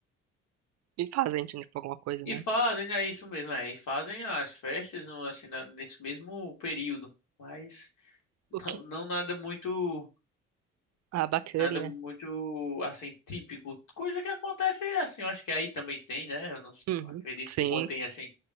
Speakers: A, on the right; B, on the left.
A: E fazem, tipo, alguma coisa,
B: e
A: né?
B: fazem, é isso mesmo, é. E fazem as festas no- assim, na- nesse mesmo período. Mas não,
A: O que...
B: não nada muito.
A: Ah, bacana.
B: Nada muito assim, típico. Coisa que acontece assim, eu acho que aí também tem, né? Eu não,
A: Uhum.
B: não acredito
A: Sim.
B: que quando tem assim,